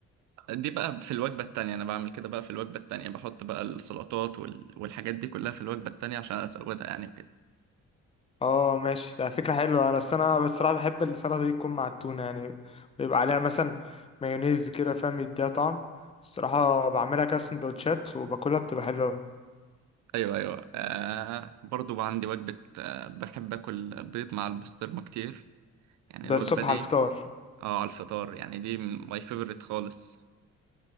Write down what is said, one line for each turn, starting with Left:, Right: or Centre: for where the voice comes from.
Right: دي بقى في الوجبة التانية أنا بعمل كده بقى في الوجبة التانية بحط بقى السلطات وال... والحاجات دي كلها في الوجبة التانية عشان أزودها يعني وكده
Left: اه ماشي ده فكرة حلوة انا بس انا بصراحة بحب السلطة دي تكون مع التونة يعني ويبقى عليها مثلا مايونيز كده فاهم يديها طعم الصراحة بعملها كده في سندوتشات وباكلها بتبقى حلوة أوي.
Right: أيوه أيوه آه برضو عندي وجبة آه بحب أكل بيض مع البسطرمة كتير يعني
Left: ده
Right: الوجبة
Left: الصبح
Right: دي
Left: على الفطار
Right: اه على الفطار يعني دي ماي فيفورت خالص